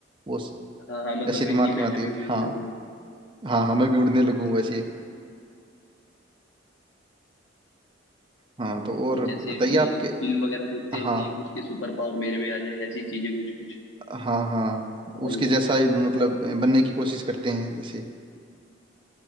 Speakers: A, on the right; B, on the left.
A: वो स-
B: हाँ हाँ मतलब
A: ऐसे
B: वही
A: दिमाग
B: कि मैं
A: में आती
B: भी
A: है
B: उड़ने
A: हाँ
B: लगूं
A: हाँ हाँ मैं भी उड़ने लगूं वैसे हाँ तो और
B: और जैसे
A: बताइए
B: फिल्म
A: आपके
B: फिल्म वगैरह देखते
A: हाँ
B: हैं कि उसके सुपर पावर मेरे में आ जाए ऐसी चीजें कुछ कुछ
A: हाँ हाँ
B: वही
A: उसके जैसा
B: ना
A: ही मतलब बनने की कोशिश करते हैं जैसे